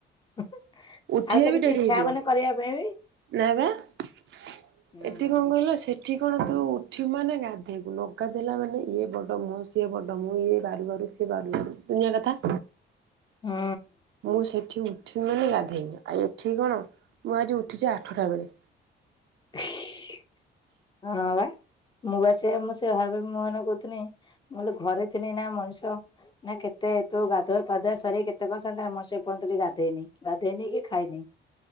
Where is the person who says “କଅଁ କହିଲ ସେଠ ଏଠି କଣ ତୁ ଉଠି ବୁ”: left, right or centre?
Right